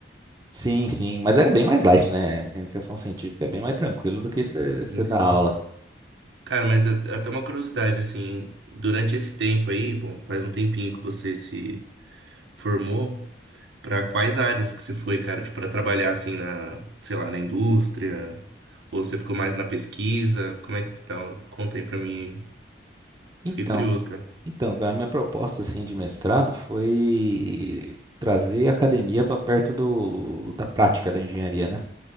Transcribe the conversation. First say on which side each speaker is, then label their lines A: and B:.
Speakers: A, on the right (about 25°); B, on the right (about 80°).
A: Sim, sim, mas é bem mais light, né? A iniciação científica é bem mais tranquilo do que você
B: Sim,
A: dar
B: sim.
A: aula.
B: Cara, mas a- até uma curiosidade, assim, durante esse tempo aí, bom, faz um tempinho que você se Formou? Pra quais áreas que você foi, cara? Tipo, pra trabalhar assim na, sei lá, na indústria? Ou você ficou mais na pesquisa? Como é que tá? Conta aí pra mim.
A: Então,
B: Fiquei curioso, cara.
A: então, a minha proposta assim de mestrado foi trazer a academia para perto do, da prática da engenharia, né?